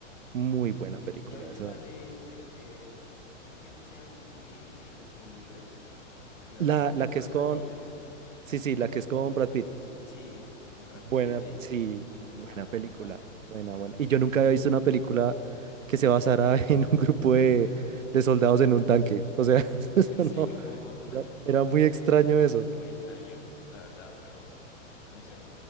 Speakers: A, on the right; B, on the left.
A: muy buena película
B: ¿Ya viste
A: esa.
B: la de, este, creo que se llama Fury en, en inglés? Y la
A: La,
B: otra creo que
A: la
B: es Corazones
A: que es con,
B: de Hierro.
A: sí, sí, la que es con Brad Pitt.
B: Sí, con Brad
A: Buena,
B: Pitt, eh,
A: sí,
B: es muy
A: buena
B: buena,
A: película,
B: la verdad.
A: buena, buena. Y yo nunca había visto una película que se basara <laughs> en un grupo de, de soldados en un tanque. O sea, <laughs>
B: <laughs>
A: eso
B: Sí,
A: no,
B: un poco <laughs>
A: era, era muy extraño eso.
B: muy extraño, la verdad, pero ay, no sé,